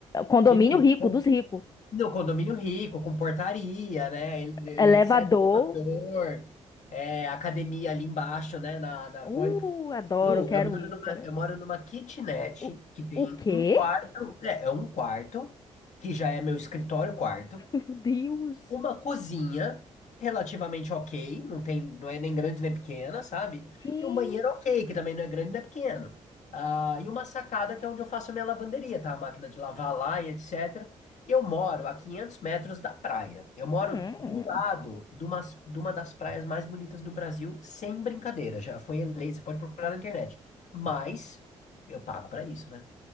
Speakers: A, on the left (about 30°); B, on the left (about 65°).
A: Condomínio
B: Menino,
A: rico,
B: eu
A: dos ricos.
B: No condomínio rico, com portaria, né? Ele- ele-
A: Elevador.
B: Etc. elevador, é, academia ali embaixo, né? Na, na
A: Uh,
B: coisa.
A: adoro,
B: Lu,
A: quero
B: eu moro
A: ir.
B: numa,
A: Quero... ir.
B: eu moro numa kitnet
A: O,
B: que tem
A: o quê?
B: um quarto, é, é um quarto, que já é meu escritório quarto
A: <laughs> Meu Deus.
B: uma cozinha relativamente ok, não tem, não é nem grande nem pequena, sabe?
A: Gente.
B: E um banheiro ok, que também não é grande nem pequeno. Ah, e uma sacada que é onde eu faço a minha lavanderia, tá? A máquina de lavar lá e etc. Eu moro a 500 metros da praia. Eu moro
A: Hum,
B: do lado de uma, de uma das praias mais bonitas do Brasil, sem brincadeira. Já foi eleita, você pode procurar na internet. Mas eu pago pra isso, né?